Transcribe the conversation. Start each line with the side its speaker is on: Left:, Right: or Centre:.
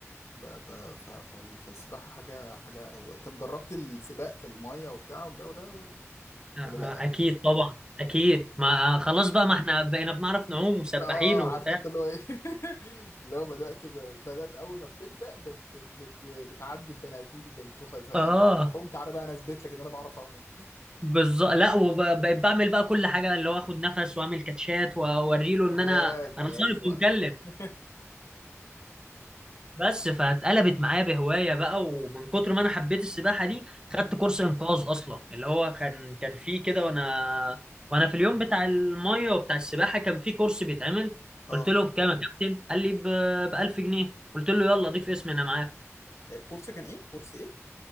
Left: ب- ب- ف- ف- فالسباحة حاجة حاجة طب جربت السباق في المية وبتاع والجو ده و-
Right: آه،
Left: ولا
Right: اكيد طبعا اكيد ما آه، خلاص بقى ما احنا بقينا بنعرف نعوم وسباحين
Left: اه
Right: وبتاع
Left: عارف انت اللي هو ايه <laughs> لو بدات ب... بدات اول ما بتبدا بت... بت... بت... بتعدي البني ادمين دي كلها بتقول خلاص انا
Right: اه
Left: بعرف اعوم تعالى بقى انا اثبت لك ان انا بعرف اعوم
Right: بالظبط لا وبقيت بعمل بقى كل حاجه اللي هو اخد نفس واعمل كاتشات واوريله ان
Left: يا واد
Right: انا انا
Left: ايوه
Right: صارف ومكلف
Left: <laughs>
Right: بس فاتقلبت معايا بهوايه بقى ومن كتر ما انا حبيت السباحه دي خدت
Left: مم.
Right: كورس انقاذ اصلا اللي هو كان كان فيه كده وانا وانا في اليوم بتاع الميه وبتاع السباحه كان فيه كورس بيتعمل
Left: اه
Right: قلت له بكام يا كابتن قال لي ب 1000 جنيه قلت له يلا ضيف اسمي انا معاك
Left: إيه، كورس كان ايه كورس ايه